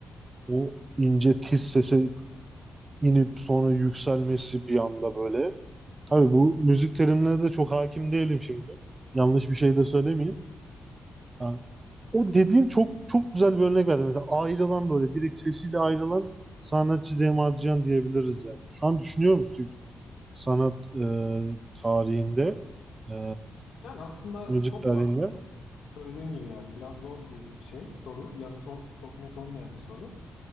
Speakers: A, on the right; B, on the left.
A: O ince tiz sese inip sonra yükselmesi bir anda böyle. Tabii bu müzik terimlerine de çok hakim değilim şimdi. Yanlış bir şey de söylemeyeyim. Ha, O dediğin çok çok güzel bir örnek verdi. Mesela ayrılan böyle direkt sesiyle ayrılan sanatçı Cem Adrian diyebiliriz yani. Şu an düşünüyorum Türk sanat e, tarihinde, e,
B: Yani aslında
A: müzik
B: çok
A: tarihinde.
B: var. Ee, Söylediğin gibi yani biraz zor bir şey, soru. Yanıtı o- çok net olmayan bir soru.